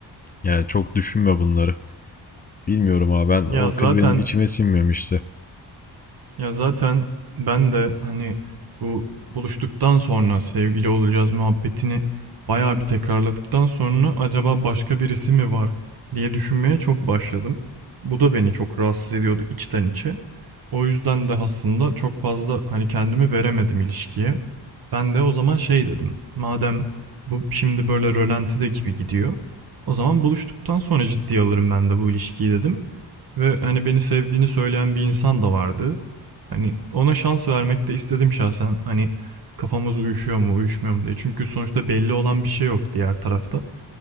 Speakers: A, on the left; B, on the right.
A: yani çok düşünme bunları. Bilmiyorum abi ben
B: Ya
A: o
B: zaten
A: kız benim içime sinmemişti.
B: Ya zaten ben de hani bu buluştuktan sonra sevgili olacağız muhabbetini bayağı bir tekrarladıktan sonra acaba başka birisi mi var diye düşünmeye çok başladım. Bu da beni çok rahatsız ediyordu içten içe. O yüzden de aslında çok fazla hani kendimi veremedim ilişkiye. Ben de o zaman şey dedim. Madem bu şimdi böyle rölantide gibi gidiyor. O zaman buluştuktan sonra ciddiye alırım ben de bu ilişkiyi dedim. Ve hani beni sevdiğini söyleyen bir insan da vardı. Hani ona şans vermek de istedim şahsen. Hani kafamız uyuşuyor mu, uyuşmuyor mu diye. Çünkü sonuçta belli olan bir şey yok diğer tarafta.